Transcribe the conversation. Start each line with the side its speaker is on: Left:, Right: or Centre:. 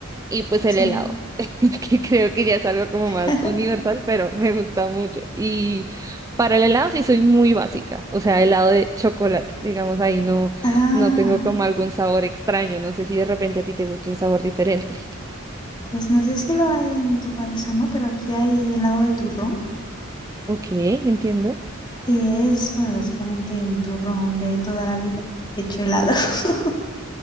Right: Y pues
Left: Sí.
Right: el helado, <laughs> que creo que ya es algo como más
Left: <laughs>
Right: universal, pero me gusta mucho. Y para el helado sí soy muy básica, o sea, helado de chocolate, digamos, ahí no,
Left: Ah,
Right: no tengo como algún sabor extraño, no sé si de repente a ti te gusta un sabor diferente.
Left: pues no sé si lo hay en tu país o no, pero aquí hay helado de turrón
Right: Ok, entiendo.
Left: y es, bueno, básicamente un turrón de toda la vida hecho helado. <laughs>